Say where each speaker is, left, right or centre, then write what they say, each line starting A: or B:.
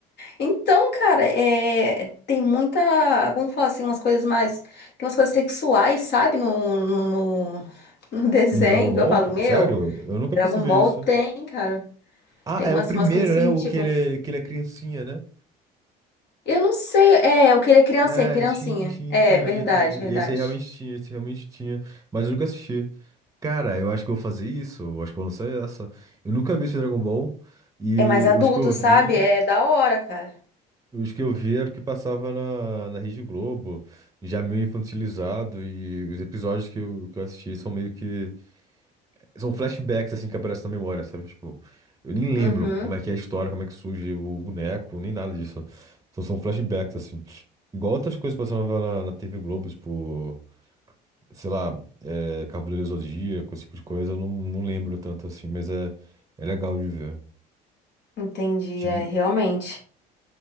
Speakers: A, on the left; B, on the right.
A: Então, cara, é, tem muita, vamos falar assim, umas coisas mais, tem umas coisas sexuais, sabe, no, no, no- no <laughs> desenho,
B: No Dragon Ball?
A: que eu falo, meu,
B: Sério? Eu nunca
A: Dragon
B: percebi
A: Ball
B: isso.
A: tem, cara,
B: Ah,
A: tem
B: é
A: umas,
B: o primeiro,
A: umas coisas assim,
B: né? O
A: tipo,
B: que ele, que ele é criancinha, né?
A: eu não sei, é, eu queria criancinha,
B: É,
A: criancinha,
B: sim, sim,
A: é,
B: entendi,
A: verdade,
B: entendi.
A: verdade,
B: Esse aí realmente tinha, esse realmente tinha, mas eu nunca assisti. Cara, eu acho que eu vou fazer isso, eu acho que eu vou lançar essa. Eu nunca vi esse Dragon Ball e
A: é mais adulto,
B: os que eu
A: sabe,
B: vi,
A: é da hora, cara,
B: os que eu vi era o que passava na, na Rede Globo, já meio infantilizado e os episódios que eu, que eu assisti são meio que São flashbacks, assim, que aparecem na memória, sabe? Tipo, eu nem lembro
A: uhum,
B: como é que é a história, como é que surge o boneco, nem nada disso. Só são flashbacks, assim. Igual outras coisas passavam na, na TV Globo, tipo, sei lá, é, Cavaleiro do Zodíaco, esse tipo de coisa, eu não, não lembro tanto, assim, mas é, é legal de ver.
A: entendi,
B: Ti-
A: é, realmente.